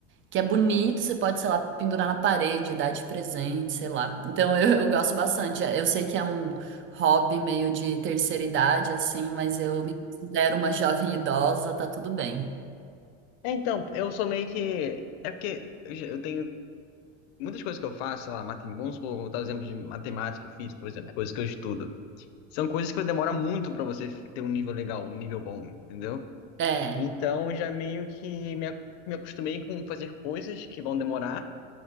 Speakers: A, on the right (about 40°); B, on the left (about 75°).
A: que é bonito, você pode, sei lá, pendurar na parede, dar de presente, sei lá. Então eu, eu gosto bastante. Eu sei que é um hobby meio de terceira idade assim, mas eu me considero uma jovem idosa, tá tudo bem.
B: É, então, eu sou meio que. É porque eu já- eu tenho muitas coisas que eu faço, sei lá, matem... vamos supor, vou dar o exemplo de matemática e física, por exemplo, coisas que eu estudo. São coisas que demora muito pra você ter um nível legal, um nível bom, entendeu?
A: É.
B: Então, eu já meio que me, ac- me acostumei com fazer coisas que vão demorar.